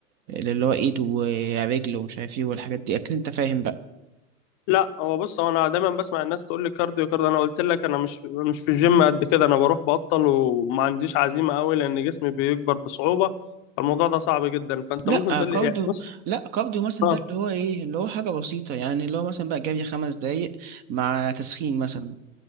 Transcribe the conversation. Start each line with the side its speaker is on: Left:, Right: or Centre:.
Right: اللي هو ايد ورجل ومش عارف ايه والحاجات دي اكيد انت فاهم بقى
Left: لا هو بص هو انا دايما بسمع الناس تقول لي كارديو كارديو انا قلت لك انا مش مش في الجيم قد كده انا بروح بطل وما عنديش عزيمه قوي لان جسمي بيكبر بصعوبه فالموضوع ده صعب جدا فانت
Right: لا
Left: ممكن تقول لي
Right: كارديو
Left: يعني بص
Right: لا كارديو مثلا
Left: اه
Right: ده اللي هو ايه اللي هو حاجه بسيطه يعني اللي هو مثلا بقى جري خمس دقايق مع تسخين مثلا